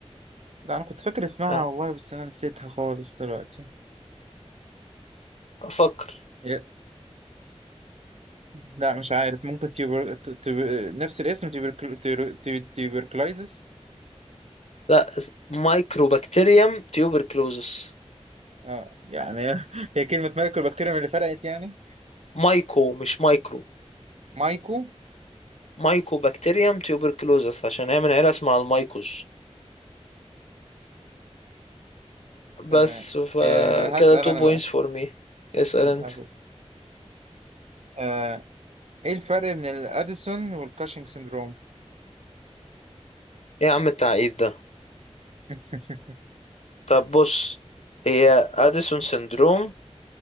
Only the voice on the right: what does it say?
لا أنا كنت فاكر اسمها
والله بس أنا نسيتها خالص دلوقتي
هي- لا مش عارف ممكن تيوبر... ت- ت- نفس الاسم تيوبركل... تيور- تي- تيوبركلايزس
اه يعني <laughs> هي كلمة ملك البكتيريا من اللي فرقت يعني
مايكو
تمام
آه هسأل
أنا
بقى
للأسف
آه إيه الفرق بين الأديسون والكاشنج سيندروم؟
<laughs>